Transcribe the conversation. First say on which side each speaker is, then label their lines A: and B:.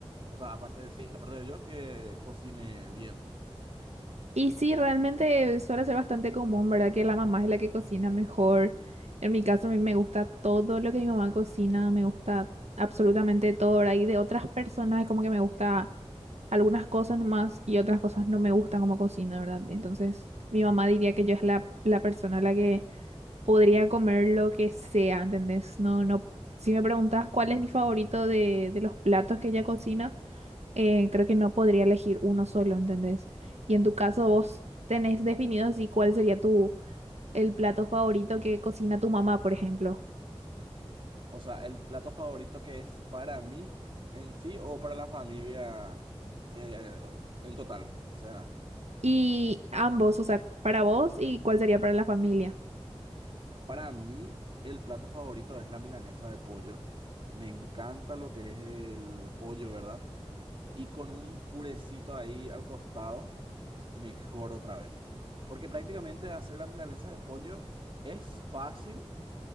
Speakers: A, on the right; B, on the right.
A: o sea, aparte de sí, aparte de yo que cocine bien.
B: Y sí, realmente suele ser bastante común, ¿verdad? Que la mamá es la que cocina mejor. En mi caso, a mí me gusta todo lo que mi mamá cocina, me gusta absolutamente todo, ¿verdad? Y de otras personas es como que me gusta algunas cosas nomás y otras cosas no me gustan como cocina, ¿verdad? Entonces, mi mamá diría que yo es la, la persona a la que podría comer lo que sea, ¿entendés? No, no. Si me preguntas cuál es mi favorito de, de los platos que ella cocina eh, creo que no podría elegir uno solo, ¿entendés? Y en tu caso vos tenés definido así cuál sería tu el plato favorito que cocina tu mamá, por ejemplo.
A: O sea, el plato favorito que es para mí en sí o para la familia eh, en total. O sea,
B: Y ambos, o sea, para vos y cuál sería para la familia.
A: para mí el plato favorito es la milanesa de pollo. Me encanta lo que es el pollo, ¿verdad? y con un purecito ahí al costado, mejor otra vez. Porque prácticamente hacer la milanesa de pollo es fácil,